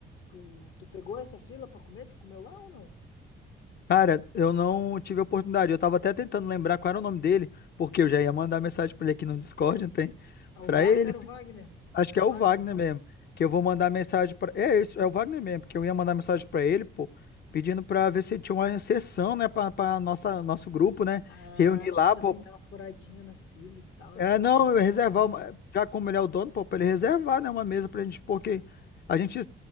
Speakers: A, on the left; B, on the left.
A: tu, tu pegou essa fila pra comer? Tu comeu lá ou não?
B: Cara, eu não tive a oportunidade. Eu tava até tentando lembrar qual era o nome dele, porque eu já ia mandar mensagem pra ele aqui no Discord, não tem?
A: É
B: Pra
A: o Wagner,
B: ele,
A: não era o Wagner?
B: acho
A: Não
B: que
A: era
B: é
A: o
B: o
A: Wagner?
B: Wagner mesmo, que eu vou mandar mensagem pra. É isso, é o Wagner mesmo, porque eu ia mandar mensagem pra ele, pô, pedindo pra ver se tinha uma sessão, né, pra, pra nossa nosso grupo, né,
A: Ah,
B: reunir lá,
A: tipo
B: pô,
A: assim, dá uma furadinha na fila e tal,
B: é,
A: né? Porque
B: não,
A: é foda,
B: eu reservar,
A: mano.
B: uma- já como ele é o dono, pô, pra ele reservar, né, uma mesa pra gente, porque a gente,